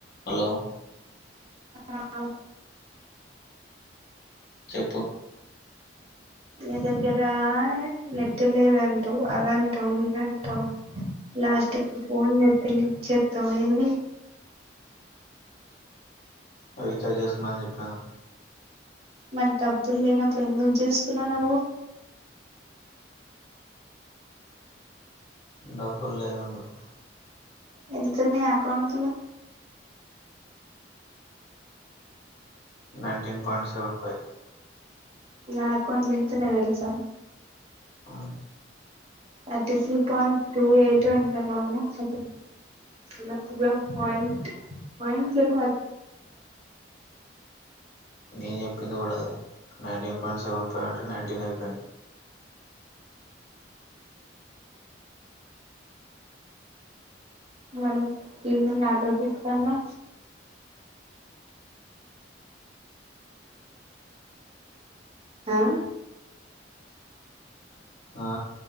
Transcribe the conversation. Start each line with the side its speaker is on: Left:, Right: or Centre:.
Left: hello
Right: ఆహ
Left: చెప్పు
Right: నీ దగ్గర నెట్ లేదండి అదంటవు ఇదంటవు లాస్ట్ కు ఫోన్ తెలి చెత్త ఏంది
Left: అవి విచార్్ చేసుకున్నా అని చెప్పా
Right: మరి డబ్ప్పులు లేనప్పుడు ఎందుకు చేసుకున్నావు నువ్వు
Left: డబ్బులు లేనందుకు
Right: ఎందుకన్న account
Left: nineteen point seven five
Right: నా అకౌంట్లో ఎంతూనాయ్ తెల్సా
Left: ఆహ
Right: ఫిఫ్టీన్ పాయింట్ టూ ఎయిట్ ఎంతనో ఉనాయి నక్ గుర్తులేవ్
Left: నేను చెప్పింది కూడా nineteen point seven five hundred nineteen అయిపోయినా
Right: మరి ఇవ నాదతన్నా ఆహ
Left: ఆ